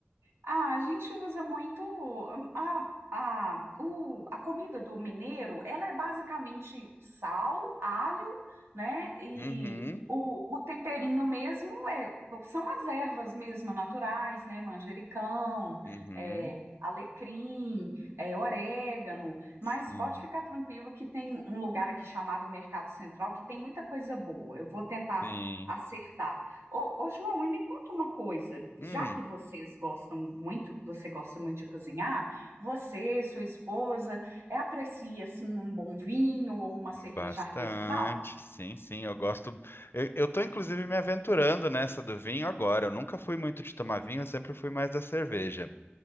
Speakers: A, on the right; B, on the left.
A: Ah, a gente usa muito hum, a, a, o, a comida do mineiro, ela é basicamente sal, alho, né? E
B: Uhum,
A: o, o temperinho mesmo é, são as ervas mesmo naturais, né? Manjericão,
B: uhum.
A: é, alecrim, é, orégano. Mas
B: Sim.
A: pode ficar tranquilo que tem um lugar aqui chamado Mercado Central que tem muita coisa boa. Eu vou tentar
B: Sim.
A: acertar Ô, ô, João, e me conta uma coisa.
B: Hum,
A: Já que vocês gostam muito, você gosta muito de cozinhar, você, sua esposa, é, aprecia assim um bom vinho ou uma cerveja
B: bastante.
A: artesanal?
B: Sim, sim, eu gosto. Eu, eu tô inclusive me aventurando nessa do vinho agora. Eu nunca fui muito de tomar vinho, eu sempre fui mais da cerveja.